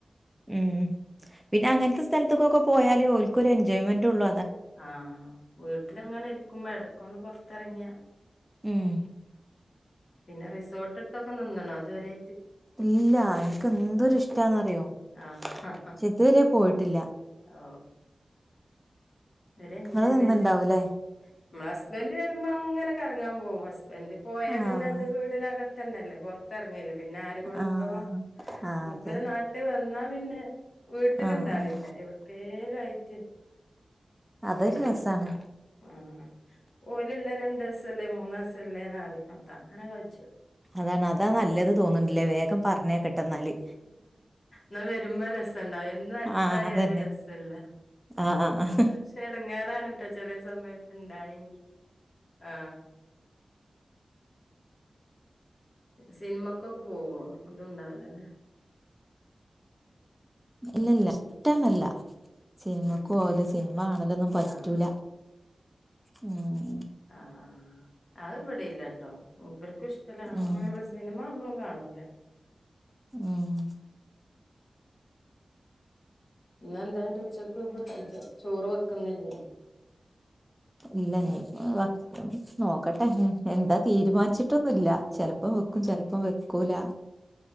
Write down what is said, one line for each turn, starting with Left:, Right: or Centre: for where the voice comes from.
Centre: ഉം പിന്നെ അങ്ങനത്തെ സ്ഥലത്തക്കൊക്കെ പോയാലേ ഓ ഒരു എൻജോയ്മെന്റ് ഉള്ള
Left: ആ വീട്ടില എങ്ങനെ ഇരിക്കുമ്പോ ഇടക്കന്ന് പുറത്തിറങ്ങിയാ
Centre: ഉം
Left: പിന്നെ റിസോർട്ട്ത്തൊക്കെ നിന്നണോ അതുവരെ
Centre: ഇല്ല എനക്ക് എന്തോ ഒരു ഇഷ്ടാന്ന്റിയോ
Left: ആഹ്
Centre: ഇക്ഷേ ഇതുവരെ പോയിട്ട് യില്ല
Left: ഓ ഒരു എൻജോയ്മെന്റ്
Centre: നിങ്ങള് നിന്നുണ്ടാവൂലേ
Left: നമ്മളെ ഹസ്ബന്റ് വരുമ്പോ അങ്ങനെറങ്ങാൻ പോകും ഹസ് വെന്ത് പോയാ
Centre: ആഹ്
Left: പിന്നത് വീടിനക തന്നല്ലേ പൊർത്തെറ്ങ്ങേലെ പിന്നാര് കൊണ്ടോവാ
Centre: ആഹ്
Left: പിന്നെ
Centre: ആഹ്
Left: മൂപ്പര്
Centre: അതെ
Left: നാട്ട് വന്നാ പിന്നെ വീട്ട്ലിണ്ടാലില്ല
Centre: ആഹ് ആഹ്
Left: എവ്ട്ക്കേലായിട്ട്
Centre: അതൊരു
Left: ഓയിലുണ്ട്
Centre: രസാണ്
Left: ആ ഓയിലുള്ള രണ്ട് സല്ലേ മൂന്നാസല്ലേന്നറ്യാ അതങ്ങനെ കജും
Centre: അതാണ് അതാ നല്ലത് തോന്നുന്നില്ലേ വേഗം പറഞ്ഞേക്കട്ടെ എന്നാല്
Left: ന്നാ വരുമ്പം രസണ്ടാവും എന്നും അട്ത്തായാല്
Centre: ആഹ് അതന്നെ
Left: രസല്ല.
Centre: ആഹ് ആഹ് ആഹ്
Left: പക്ഷെ എടങ്ങേറാണ് ട്ട ചെലെ സമയ ഇണ്ടായെങ്കി ആ സിനിമക്കൊക്കെ പോവോ അതും ണ്ടാവൂലല്ലേ
Centre: ഇല്ല ല്ല ഷ്ട ന്നെല്ല. സിനിമക്കോവലും
Left: ഉം
Centre: സിനിമ കാണലൊന്നും പറ്റൂല
Left: ആഹ്
Centre: ഉം
Left: ആഹ് അത് ഇവിടില്ലട്ടോ ഓര്ക്കിഷ്ടല്ല അങ്ങനെ
Centre: ഉം
Left: മ്മള് സിനിമ അമ്മളും കാണും ല
Centre: ഉം
Left: ഇന്നെന്താണ്ട് ഉച്ചക്ക് ഫുഡ് ചോറ് വെക്കുന്നില്ലേ
Centre: ഇല്ല നീ വക്ക നോക്കട്ടെ എന്താ തീരുമാനിച്ചിട്ടൊന്നുല്ല ചെലപ്പം വെക്കും ചെലപ്പം വെക്കൂല